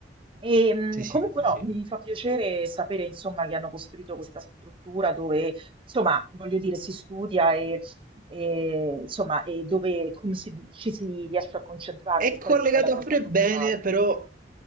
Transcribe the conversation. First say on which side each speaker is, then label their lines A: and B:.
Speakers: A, on the right; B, on the right.
A: E, mh,
B: Sì,
A: comunque
B: sì, sì,
A: no,
B: sì.
A: mi fa piacere sapere insomma che hanno costruito questa struttura dove insomma voglio dire si studia e, e, insomma e dove come si di- ci si riesce a concentrare,
B: È
A: che
B: collegata
A: poi quella è la cosa
B: pure
A: fondale.
B: bene, però